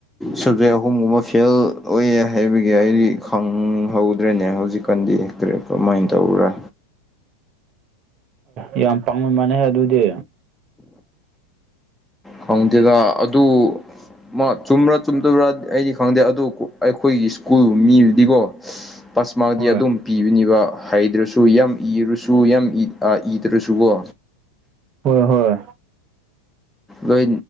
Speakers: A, in the centre; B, on the right.
A: ꯁꯕꯖꯦꯛ ꯑꯍꯨꯝꯒꯨꯝꯕ ꯐꯦꯜ ꯑꯣꯏꯌꯦ ꯍꯥꯏꯕꯒꯤ ꯑꯩꯗꯤ ꯈꯪꯍꯧꯗ꯭ꯔꯦꯅꯦ ꯍꯧꯖꯤꯛꯀꯥꯟꯗꯤ ꯀꯔꯤ ꯀꯃꯥꯏꯅ ꯇꯧꯕ꯭ꯔꯥ
B: ꯌꯦ ꯌꯥꯝ ꯄꯥꯡꯕ ꯃꯥꯟꯂꯦ ꯑꯗꯨꯗꯤ
A: ꯈꯪꯗꯦꯗ ꯑꯗꯨ ꯃꯥ ꯆꯨꯝꯕ꯭ꯔꯥ ꯆꯨꯝꯗꯕ꯭ꯔꯥ ꯑꯩꯗꯤ ꯈꯪꯗꯦ ꯑꯗꯨ ꯑꯩꯈꯣꯏꯒꯤ ꯁ꯭ꯀꯨꯜ ꯃꯤꯕꯨꯗꯤꯀꯣ ꯄꯥꯁ ꯃꯥꯛꯗꯤ
B: ꯍꯣꯏ
A: ꯑꯗꯨꯝ ꯄꯤꯕꯅꯤꯕ ꯍꯩꯗ꯭ꯔꯁꯨ ꯌꯥꯝ ꯏꯔꯨꯁꯨ ꯌꯥꯝ ꯏꯗ꯭ꯔꯁꯨꯀꯣ
B: ꯍꯣꯏ ꯍꯣꯏ
A: ꯂꯣꯏ